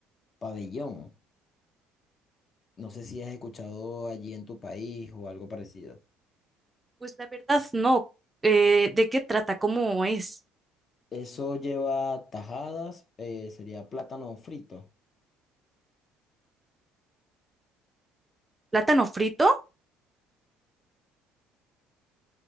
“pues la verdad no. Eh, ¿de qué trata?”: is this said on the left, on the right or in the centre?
Right